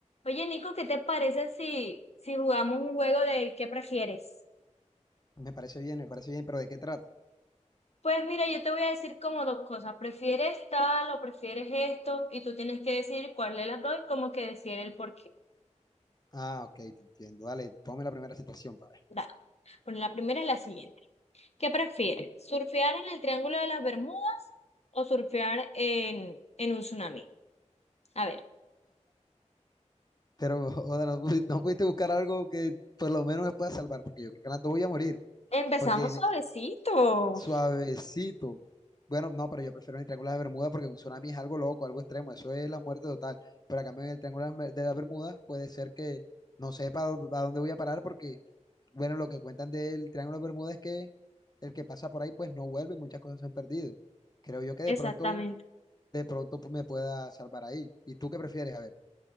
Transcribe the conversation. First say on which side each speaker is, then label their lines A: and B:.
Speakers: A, on the left; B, on the left.
A: Oye, Nico, ¿qué te parece si, si jugamos un juego de qué prefieres?
B: Me parece bien, me parece bien, pero ¿de qué trata?
A: Pues mira, yo te voy a decir como dos cosas. ¿Prefieres tal o prefieres esto? Y tú tienes que decir cuál de las dos y como que decir el por qué.
B: Ah, ok, te entiendo. Dale, ponme la primera situación para ver.
A: Dale. Bueno, la primera es la siguiente. ¿Qué prefieres? ¿Surfear en el Triángulo de las Bermudas o surfear en, en un tsunami? A ver,
B: Pero, <laughs> o sea, no, pudi- no pudiste buscar algo que por lo menos me pueda salvar, porque yo creo que en las dos voy a morir.
A: empezamos
B: Porque en-
A: suavecito.
B: suavecito. Bueno, no, pero yo prefiero el Triángulo de Bermuda porque un tsunami es algo loco, algo extremo. Eso es la muerte total. Pero a cambio en el Triángulo de las de las Bermudas puede ser que no sepa dó- a dónde voy a parar porque, bueno, lo que cuentan del Triángulo de Bermuda es que el que pasa por ahí pues no vuelve y muchas cosas se han perdido. Creo yo que de
A: Exactamente.
B: pronto de pronto pues, me pueda salvar ahí. ¿Y tú qué prefieres? A ver,